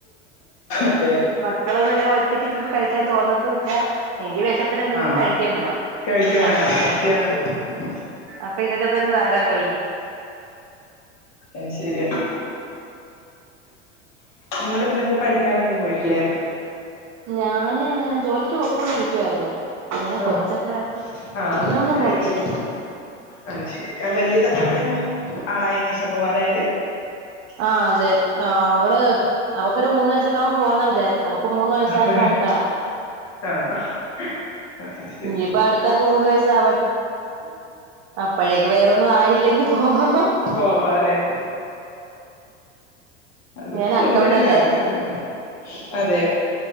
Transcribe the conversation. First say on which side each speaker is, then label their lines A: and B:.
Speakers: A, on the left; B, on the right.
A: അതെ അതെ
B: മക്കളന്നല്ല ഒറ്റക്ക് ഇരിക്കിപ്പ കഴിക്കാൻ തോന്നത്തല്ല എങ്കി വിശപ്പന് എന്തെങ്കിലും
A: ആഹ്
B: കഴിക്കാൻ വേണം
A: കഴിക്കും വേണം
B: അപ്പ്
A: <inaudible>
B: അപ്പൊ ഇതൊക്കെ തന്നെ ധാരാളല്ലേ
A: അ ശരിയാ നിങ്ങള് പിന്നെ എന്തേ പഠിക്കൻ എന്തേ പോയിട്ടില്ലേ
B: ഞാന് ജോലിക്ക് പോയ്ക്കൊണ്ടിരിക്കുവായിരുന്നു പിന്നെ
A: ആഹ്
B: കൊച്ചൊക്കെ
A: ആഹ് പ്രേഗ്നെന്റ്
B: ഒന്നും പോയില്ല
A: ആയതിന്ന് ശേഷം അ ശരി വല്ത വല്യ മോ ആളായീനേശ പോവത്തായത്
B: ആഹ് അതെ ആഹ് അവള് അവക്കൊരു മൂന്നാസ പോന്ന വിചാരിച്ചത് അവക്ക് മൂന്ന് വയസ്സായപ്പോ
A: അപ്പ
B: അടുത്താളായി
A: ആഹ് അത്‌ ശെരി
B: ഇനിയിപ്പോ അടുത്താക്ക് മൂന്ന് വയസ്സാവട്ടെ അപ്പോഴേക്ക് വേറൊന്നും ആയില്ലെങ്കി പോവാ
A: പോവാലേ അത്
B: ഞാൻ
A: പൊതുവേ
B: അക്കൗണ്ടന്റ്
A: എല്ലാർക്കും
B: ആയിരുന്നേ
A: വരുന്നത് അതെ